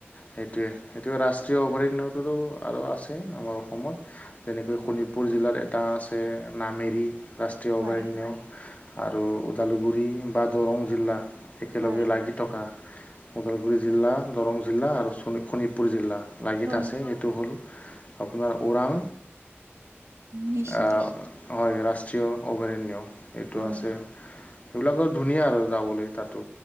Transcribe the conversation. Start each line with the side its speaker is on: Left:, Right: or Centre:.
Left: সেইটোৱে, সেইটোৱে অভয়াৰণ্যটোতো আৰু আছেই আমাৰ অসমত। তেনেকৈ
Right: হয়,
Left: শোণিতপুৰ জিলাত এটা আছে, নামেৰি ৰাষ্ট্ৰীয়
Right: হয়,
Left: অভয়াৰণ্য। আৰু ওদালগুৰি বা দৰং জিলা একেলগে
Right: হয়,
Left: লাগি থকা ওদালগুৰি জিলা, দৰং জিলা আৰু শোণিত শোণিতপুৰ জিলা। আছে,
Right: হয়,
Left: সেইটো হ'ল, আপোনাৰ ওৰাং
Right: নেশ্যনেল
Left: আ,
Right: পাৰ্ক
Left: হয়, ৰাষ্ট্ৰীয় অভয়াৰণ্য এইটো
Right: হয়,
Left: আছে। সেইবিলাকৰ ধুনীয়া আৰু যাবলৈ তাতো,